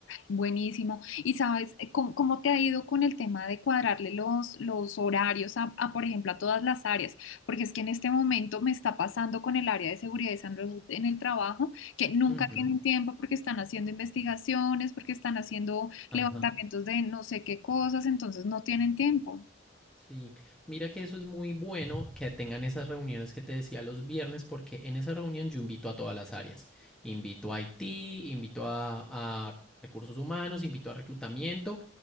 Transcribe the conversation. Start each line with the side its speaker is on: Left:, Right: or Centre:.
Left: Buenísimo. ¿Y sabes eh, cómo, cómo te ha ido con el tema de cuadrarle los, los horarios a, a, por ejemplo, a todas las áreas? Porque es que en este momento me está pasando con el área de seguridad y salud en el trabajo, que nunca
Centre: Ujú,
Left: tienen tiempo porque están haciendo investigaciones, porque están haciendo
Centre: ajá.
Left: levantamientos de no sé qué cosas, entonces no tienen tiempo.
Centre: Sí, mira que eso es muy bueno que tengan esas reuniones que te decía los viernes, porque en esa reunión yo invito a todas las áreas. Invito a IT, invito a, a recursos humanos, invito a reclutamiento